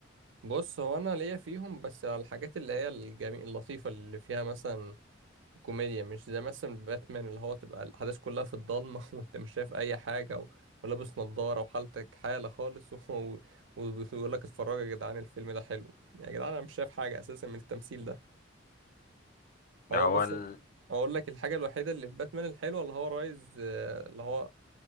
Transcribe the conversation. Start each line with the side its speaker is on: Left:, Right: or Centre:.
Right: بص هو انا ليا فيهم بس على الحاجات اللي هي الجميل اللطيفه اللي فيها مثلا كوميديا مش زي مثلا باتمان اللي هو تبقى الأحداث كلها في الضلمة <laughs> وأنت مش شايف أي حاجة و... ولابس نضارة وحالتك حالة خالص <laughs> و... وبيقول لك اتفرجوا يا جدعان الفيلم ده حلو يا جدعان أنا مش شايف حاجة أساسا من التمثيل ده هو
Left: ده هو
Right: مثلا
Left: ال...
Right: أقول لك الحاجة الوحيدة اللي في باتمان الحلوة اللي هو رايز آه، اللي هو